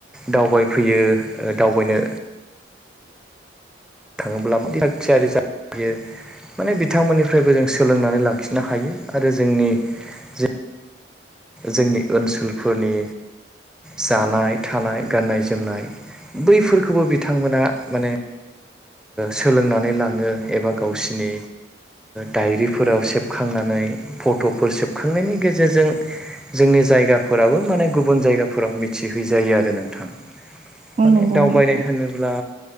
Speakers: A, in the centre; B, on the right.
A: दावबायफैयो दावबायनो थाङोब्ला म थाग थियारि जायो माने बिथांमोननिफ्रायबो जों सोलोंनानै लाखिनो हायो आरो जोंनि जे जोंनि ओनसोलफोरनि जानाय थानाय गाननाय जोमनाय बैफोरखौबो बिथांमोना माने सोलोंनानै लाङो एबा गावसिनि डायरिफोराव सेबखांनानै फट'फोर सेबखांनायनि गेजेरजों जोंनि जायगाफोराबो माने गुबुन जायगाफोराव मिथिहैजायो आरो नोंथां
B: औ
A: माने
B: नंगौ
A: दावबायनाय
B: नोंथां
A: होनोब्ला